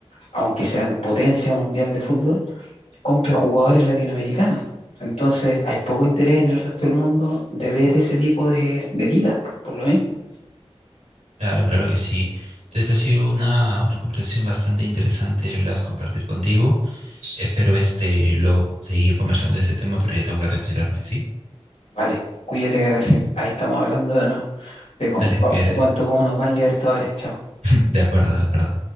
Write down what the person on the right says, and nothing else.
Claro, claro que sí. Entonces ha sido una, una conversación bastante interesante, Blas, compartir contigo. Espero este luego seguir conversando de ese tema, pero ya tengo que retirarme, ¿sí?
Dale,
cuídate.
<laughs> De acuerdo, de acuerdo.